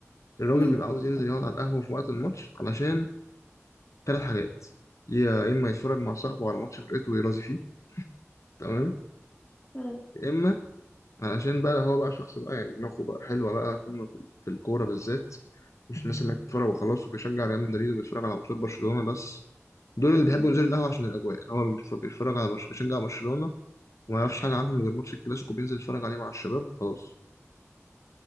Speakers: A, on the left (about 75°); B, on the left (about 30°).
A: الراجل
B: مم.
A: بيبقى عاوز ينزل يقعد على القهوة في وقت الماتش علشان ثلاث حاجات يا إما يتفرج مع صاحبه على ماتش فرقته ويرازي فيه تمام
B: مم.
A: يا إما علشان بقى هو بقى شخص بقى يعني دماغه بقى حلوة بقى فاهم في في الكورة بالذات مش الناس اللي بتتفرج وخلاص وبيشجع ريال مدريد وبيتفرج على ماتشات برشلونة بس دول اللي بيحبوا
B: مم.
A: ينزلوا القهوة عشان الأجواء هو بيتف- بيتفرج على برش... بيشجع برشلونة وما يعرفش حاجة عنهم غير ماتش الكلاسيكو بينزل يتفرج عليه مع الشباب وخلاص